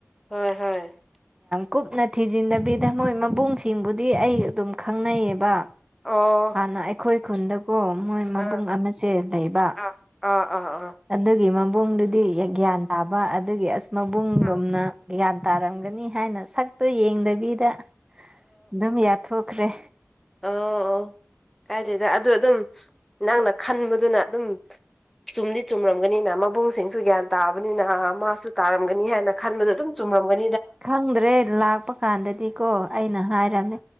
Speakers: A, in the centre; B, on the right (about 15°).
A: ꯍꯣꯏ ꯍꯣꯏ <inaudible>
B: ꯀꯨꯞꯅ ꯊꯤꯖꯤꯟꯗꯕꯤꯗ ꯃꯣꯏ ꯃꯕꯨꯡꯁꯤꯡꯕꯨꯗꯤ ꯑꯩ ꯑꯗꯨꯝ ꯈꯪꯅꯩꯌꯦꯕ
A: ꯑꯣ
B: ꯍꯥꯟꯅ ꯑꯩꯈꯣꯏ ꯈꯨꯟꯗ ꯑꯣ ꯃꯣꯏ ꯃꯕꯨꯡ
A: ꯑꯥ
B: ꯑꯃꯁꯦ ꯂꯩꯕ
A: ꯑꯥ ꯑꯥ ꯑꯥ
B: ꯑꯗꯨꯒꯤ ꯃꯕꯨꯡꯗꯨꯗꯤ ꯒ꯭ꯌꯥꯟ ꯇꯥꯕ ꯑꯗꯨꯒꯤ ꯑꯁ ꯃꯕꯨꯡꯒꯨꯝꯅ
A: ꯑꯥ
B: ꯒ꯭ꯌꯥꯟ ꯇꯥꯔꯝꯒꯅꯤ ꯍꯥꯏꯅ ꯁꯛꯇꯨ ꯌꯦꯡꯗꯕꯤꯗ ꯑꯗꯨꯝ ꯌꯥꯊꯣꯛꯈ꯭ꯔꯦ
A: ꯑ ꯑꯣ ꯀꯥꯏꯗꯦꯗ ꯑꯗꯨ ꯑꯗꯨꯝ ꯅꯪꯅ ꯈꯟꯕꯗꯨꯅ ꯑꯗꯨꯝ ꯆꯨꯝꯗꯤ ꯆꯨꯝꯔꯝꯒꯅꯤꯅ ꯃꯕꯨꯡꯁꯤꯡꯁꯨ ꯒ꯭ꯌꯥꯟ ꯇꯥꯕꯅꯤꯅ ꯃꯥꯁꯨ ꯇꯥꯔꯝꯒꯅꯤ ꯍꯥꯏꯅ ꯈꯟꯕꯗꯨ ꯑꯗꯨꯝ ꯆꯨꯝꯂꯝꯒꯅꯤ
B: ꯈꯪꯗ꯭ꯔꯦ ꯂꯥꯛꯄ ꯀꯥꯟꯗꯗꯤ ꯀꯣ ꯑꯩꯅ ꯍꯥꯏꯔꯝꯅꯦ